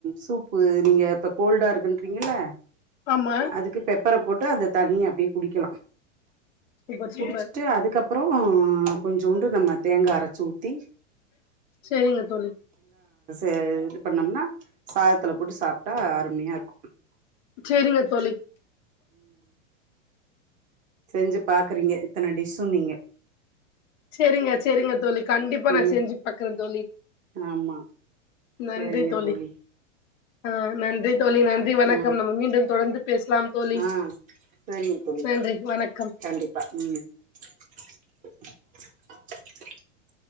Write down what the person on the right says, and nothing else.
சூப்பு நீங்க இப்ப கோல்டா இருக்குன்றீங்கல்ல
அதுக்கு பெப்பர போட்டு அத தண்ணிய அப்டியே குடிக்கலா
குடிச்சுட்டு அதுக்கப் அப்பறோ கொஞ்சூண்டு நம்ம தேங்கா அரைச்சி ஊத் த்தி
ஏ இது பன்ணோம்னா சாததுல போட்டு சாப்ட்டா அருமையா யிருக்கு
செஞ்சி பாக்குறிங்க இத்தன டிஷ்ஷு நீங்க
ம்
ஆமா
சேரிங்க
தோழி
ஆ
ஆ சேரிங்க தோழி
கண்டிப்பா ம் <inaudible>